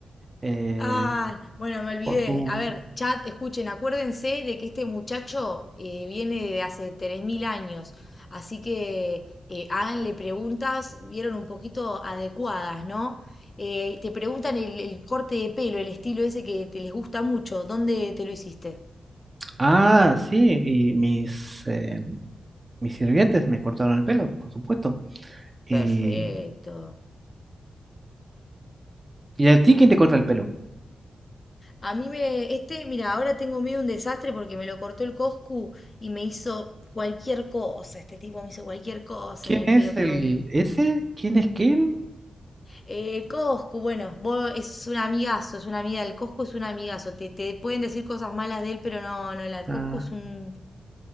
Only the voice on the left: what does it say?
Ah, bueno, me olvidé.
A ver, chat, escuchen, acuérdense de que este muchacho eh, viene de hace 3.000 años, así que eh, háganle preguntas, vieron un poquito adecuadas, ¿no? Eh, te preguntan el, el corte de pelo, el estilo ese que te les gusta mucho, ¿dónde te lo hiciste?
Perfecto.
A mí me, este, mira, ahora tengo medio un desastre porque me lo cortó el Coscu y me hizo cualquier cosa, este tipo me hizo cualquier cosa
en el
pelo, pero
Eh, Coscu, bueno, vos es un amigazo, es una amiga, el Coscu es un amigazo, te, te pueden decir cosas malas de él, pero no, no, la Coscu
es un...